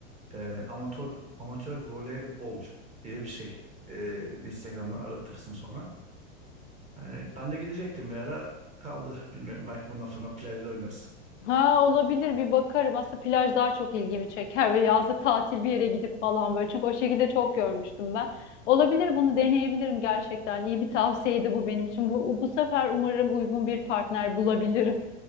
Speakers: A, on the right; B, on the left.
A: Ee, amatör amatör voleybol diye bir şey. Ee, Instagram'dan aratırsın sonra. Yani ben de gidecektim bir ara kaldı. Bilmiyorum belki bundan sonra plajda oynarız.
B: Ha olabilir bir bakarım. Aslında plaj daha çok ilgimi çeker ve yazlık tatil bir yere gidip falan böyle. Çünkü o şekilde çok görmüştüm ben. Olabilir bunu deneyebilirim gerçekten. İyi bir tavsiyeydi bu benim için. Bu, bu sefer umarım uygun bir partner bulabilirim.